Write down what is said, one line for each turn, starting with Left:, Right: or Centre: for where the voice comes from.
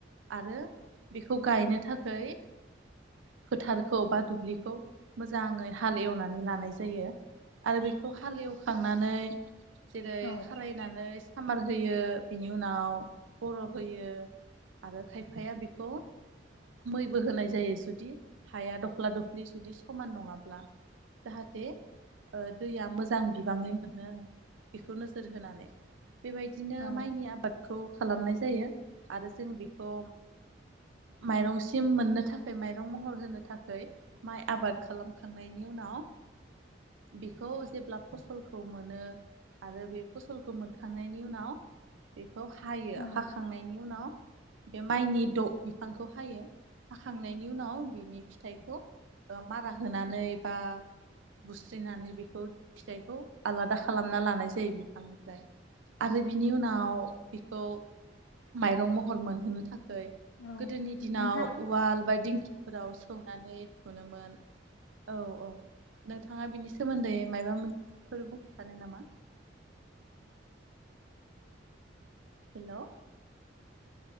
Right: आरो बेखौ गायनो थाखाय फोथारखौ बा दुब्लिखौ मोजाङै हाल एवनानै लानाय जायो। आरो बेखौ हाल एवखांनानै जेरै
Left: औ
Right: खारायनानै खामार होयो बिनि उनाव बर' होयो आरो खायफाया बेखौ मैबो होनाय जायो जुदि हाया दख्ला दफ्लि जुदि समान नङा ब्ला। जाहाथे दैया मोजां बि बाङै मोनो बेखौ नोजोर होनानै। बेबायदिनो
Left: औ
Right: माइनि आबाद खौ खालामनाय जायो। आरो जों बेखौ माइरंसिम मोननो थाखाय माइरं महर होनो थाखाय माइ आबाद खालाम खांनायनि उनाव बेखौ जेब्ला फसलखौ मोनो आरो बे फसलखौ मोनखांनायनि उनाव बे खौ हायो
Left: औ
Right: हाखांनायनि उनाव बे माइनि द बिफांखौ हायो। हाखांनायनि उनाव बिनि - फिथाइखौ ओ मारा हो होनानै बा बुस्रिनानै बेखौ फिथाइखौ आलादा खालामना लानाय जायो बिफांनिफ्राय। आरो बिनि उनाव बेखौ माइरं महर मोनहोनो था
Left: औ
Right: गोदोनि दिनाव
Left: नोंथां
Right: उवाल बा दिंखिफोराव सौ नानै थुनोमोन औ औ नोंथाङा बिनि सोमोन्दै मायबा मोन फोर बुं सानो नामा हेल'